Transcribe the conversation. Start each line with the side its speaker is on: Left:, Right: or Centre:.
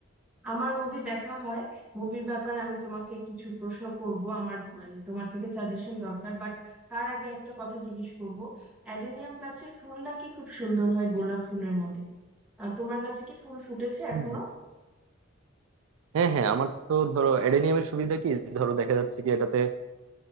Centre: আমার মুভি দেখা হয় মুভির ব্যাপারে আমি তোমাকে কিছু প্রশ্ন করব আমার মানে তোমার থেকে সাজেশন দরকার বাট তার আগে একটা কথা জিজ্ঞেস করব অ্যাডেনিয়াম গাছের ফুল নাকি খুব সুন্দর হয় গোলাপ ফুলের মতো আহ, তোমার গাছে কি ফুল ফুটেছে
Right: হুম,
Centre: এখনো
Right: হুম। হ্যাঁ হ্যাঁ আমার তো ধরো অ্যাডেনিয়ামের সুবিধা কি ধরো দেখা যাচ্ছে কি এটাতে